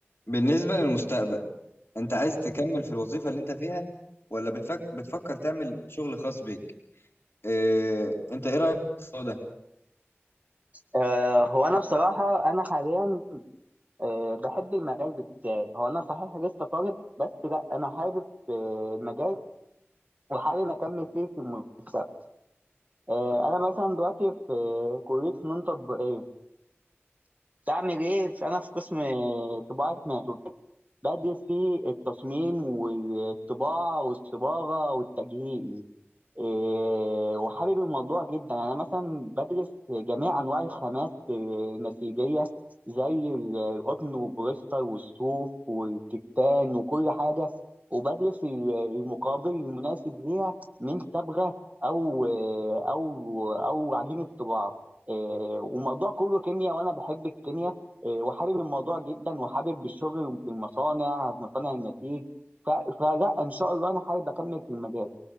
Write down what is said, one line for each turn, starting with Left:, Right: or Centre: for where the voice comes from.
Left: بالنسبة للمستقبل انت عايز تكمل في الوظيفة اللي انت فيها ولا بتفك... بتفكر تعمل شغل خاص بيك اه... انت ايه رأيك في الموضوع ده
Right: آه، هو انا بصراحه انا حاليا آه، بحب المجال بتاعي هو انا صحيح لسه طالب بس لا انا حابب آه، المجال وحابب اكمل فيه في المستقبل آه، انا مثلا دلوقتي في آه، كليه فنون تطبيقيه بعمل ايه انا في قسم آه، طباعه منسوجات بدرس فيه التصميم والطباعه والصباغه والتجهيز إيه، وحابب الموضوع جدا يعني انا مثلا بدرس جميع انواع الخامات إيه، النسيجيه زي ال- القطن والبوليستر والصوف والكتان وكل حاجه وبدرس ال- المقابل المناسب ليها من صبغه او آه، او او عجينه طباعه إيه، وموضوع كله كيمياء وانا بحب الكيمياء إيه، وحابب الموضوع جدا وحابب الشغل في المصانع في مصانع النسيج ف- فلا ان شاء الله انا حابب اكمل في المجال